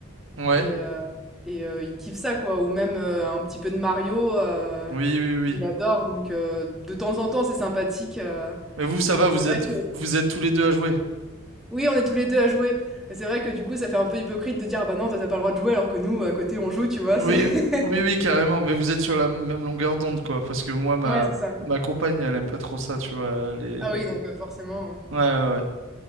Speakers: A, on the right; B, in the centre.
A: Ouais.
B: et heu et heu, il kiffe ça quoi ou même, heu, un petit peu de Mario, heu,
A: Oui, oui, oui.
B: il adore donc heu, de temps en temps, c'est sympathique, heu,
A: Mais vous, ça
B: mais
A: va, vous
B: c'est vrai
A: êtes,
B: que
A: vous êtes tous les deux à jouer.
B: Oui, on est tous les 2 à jouer. Et c'est vrai que du coup, ça fait un peu hypocrite de dire: «Ah bah non, toi, t'as pas le droit de jouer», alors que nous, à côté, on joue, tu vois?
A: Oui,
B: C'est <laughs>
A: oui, oui, carrément. Mais vous êtes sur la même longueur d'onde, quoi. Parce que moi, ma,
B: ouais, c'est ça.
A: ma compagne, elle aime pas trop ça, tu vois. Les,
B: Ah
A: les
B: oui, donc heu, forcément, heu,
A: Ouais, ouais, ouais.